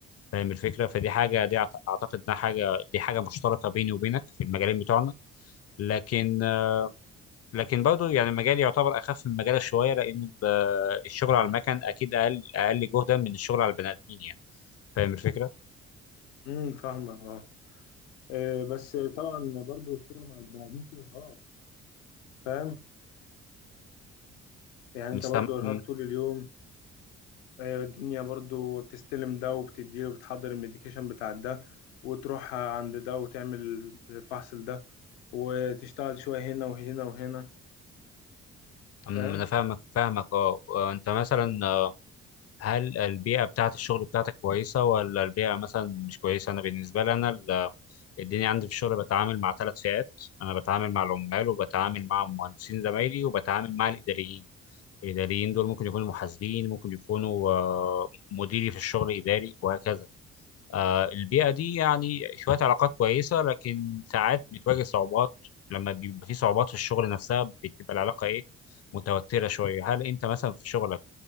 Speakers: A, on the left (about 40°); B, on the left (about 70°).
A: فاهم الفكره فدي حاجه دي أعت- اعتقد انها حاجه دي حاجه مشتركه بيني وبينك في المجالين بتوعنا لكن لكن برضه يعني مجالي يعتبر اخف من مجالك شويه لان ال- الشغل على المكن اكيد اقل اقل جهدا من الشغل على البني ادمين يعني فاهم الفكره
B: امم فاهمك اه إيه بس طبعا برضو الشغل مع البني آدمين فيه إرهاق فاهم يعني
A: مش
B: أنت برضو
A: سام...
B: إرهاق
A: م-
B: طول اليوم آه الدنيا برضو بتستلم ده وبتديله وبتحضر الميديكيشن بتاع ده وتروح عند ده وتعمل الفحص ده وتشتغل شوية هنا وهنا وهنا
A: م-
B: فاهم
A: انا فاهمك فاهمك اه آه، انت مثلا آه، هل البيئه بتاعه الشغل بتاعتك كويسه ولا البيئه مثلا مش كويسه انا بالنسبه لي انا ال- الدنيا عندي في الشغل بتعامل مع ثلاث فئات انا بتعامل مع العمال وبتعامل مع مهندسين زمايلي وبتعامل مع الاداريين الاداريين دول ممكن يكونوا محاسبين ممكن يكونوا آه، مديري في الشغل اداري وهكذا آه، البيئة دي يعني شوية علاقات كويسة لكن ساعات بتواجه صعوبات لما بيبقى في صعوبات في الشغل نفسها بتبقى العلاقة إيه متوترة شوية هل أنت مثلا في شغلك